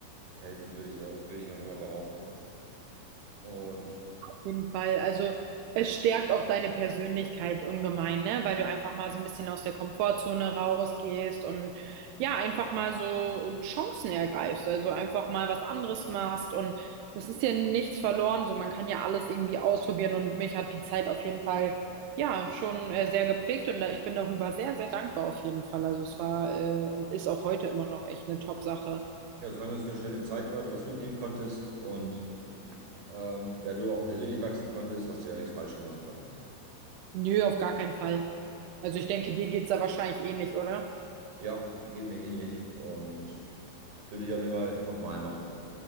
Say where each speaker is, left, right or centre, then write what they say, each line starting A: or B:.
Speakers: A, on the right; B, on the right.
A: helfen, würde ich, würde ich einfach mal behaupten. Und
B: jeden Fall. Also es stärkt auch deine Persönlichkeit ungemein, ne? Weil du einfach mal so ein bisschen aus der Komfortzone rausgehst und ja, einfach mal so Chancen ergreifst, also einfach mal was anderes machst und das ist ja nichts verloren, so man kann ja alles irgendwie ausprobieren und mich hat die Zeit auf jeden Fall ja schon äh, sehr geprägt und da, ich bin darüber sehr, sehr dankbar auf jeden Fall. Also es war äh, und ist auch heute immer noch echt eine Top-Sache.
A: ja, solange es eine schöne Zeit war, du was mitnehmen konntest und Ähm, ja, du auch persönlich wachsen konntest, hast du ja nichts falsch gemacht dann.
B: Nö, auf gar keinen Fall. Also ich denke, dir geht's da wahrscheinlich ähnlich, oder?
A: Ja, geht mir ähnlich und würde ich auf jeden Fall nochmal machen.